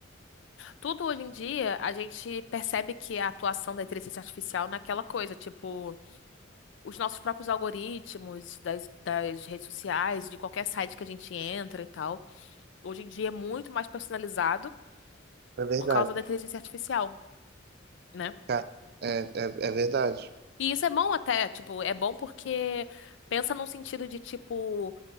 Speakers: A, on the left; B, on the right.
A: tudo hoje em dia a gente percebe que é a atuação da inteligência artificial naquela coisa, tipo. os nossos próprios algoritmos das, das redes sociais, de qualquer site que a gente entra e tal. Hoje em dia é muito mais personalizado
B: É verdade,
A: por causa da inteligência artificial, né?
B: cara. É, é, é verdade.
A: E isso é bom até, tipo, é bom porque pensa num sentido de, tipo,